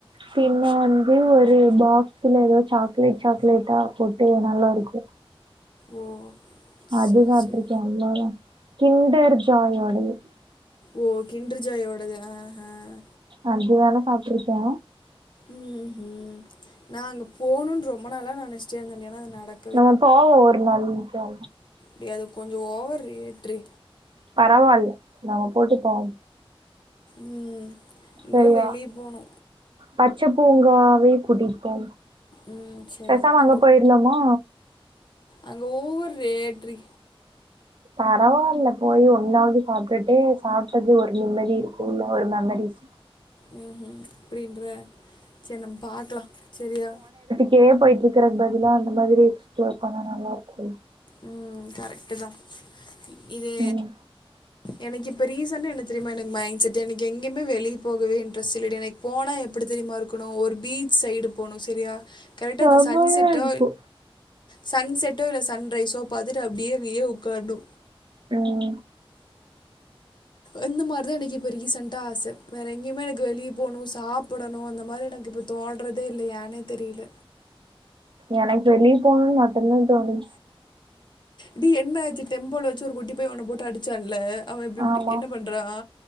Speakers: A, on the right; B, on the left.
A: பின்ன வந்து ஒரு பாக்ஸ்ல எதோ சாக்லேட் சாக்லேட்டா போட் ட்டு நல்லா இருக்கு
B: ஓ
A: அது
B: சரி
A: சாப்ட்ருக்கே
B: சரி
A: அம்மாதா கிண்டர் ஜாயோடையே
B: ஓ கிண்ரு ஜாயோடது ஆ அஹ்
A: அது வேணா சாப்பிட்ருக்கே
B: ம் ம் நா அங்க போணுன் ரொம்ப நாளா நெனச்சிட்டே இருந்தடி ஏன்னா அது நடக்
A: நம்ம போவோ ஒரு நாள் ஜா
B: டி அது கொஞ்சோ ஓவர் ரேட்ரி
A: பரவாயில்ல நாங்க போட்டு போவோ
B: ம் இங்க
A: சரியா
B: வெளி போனு
A: பச்ச பூங்காவே புடிக்கு
B: ம் சரி
A: பேசாம
B: ஓகே
A: அங்க போயிரலாமா
B: அங்க ஓவொர் ரேட்ரி
A: பரவாயில்ல போய் ஒன்னாவது சாப்பிட்டுட்டே சாப்பிட்டது ஒரு நிம்மதி இருக்கு இல்ல ஒரு மெமரிஸ்
B: ம்ம் அப்டின்ற சரி நம்ம பாக்கலா சரியா
A: கே போயிட்டு இருக்கற பதிலா அந்த மாதிரி எக்ஸ்ப்ளோர் பண்ண நல்லா இருக்கு
B: ம் கரெக்ட்தா இது
A: ம்
B: எனக்கு இப்ப ரீசன்னா என்ன தெரியுமா எனக்கு மைண்ட் செடே எனக்கு எங்கியுமே வெளிய போகவே இன்ட்ரெஸ்ட் இல்லடி எனக் போனா எப்டி தெரியுமா இருக்கனு ஒரு பீச் சைடு போகனு சரியா கரெக்டா
A: செமையா
B: அந்த சன் செட்டோ
A: இருக்கு
B: சன் செட்டோ இல்ல சன் ரைஸோ பாத்திட்டு அப்டியே விய உக்காரணு
A: ம்
B: எந்த மாரிதா எனக்கு இப்ப ரீசன்டா ஆச வேற எங்கேயுமே எனக்கு வெளிய போணு சாப்பிடணு அந்த மாரி எனக்கு இப்ப தோல்றதே இல்ல யானே தெரில
A: எனக்கு வெளிய போணு மட்டுந்தா தோணு
B: டி என்ன ஆச்சி டெம்பள் வச்சி ஒரு குட்டி பைய ஒன்ன போட்டு அடிச்சால்ல அவ இப்பிடி இப்டி
A: ஆமா
B: என்ன பண்றா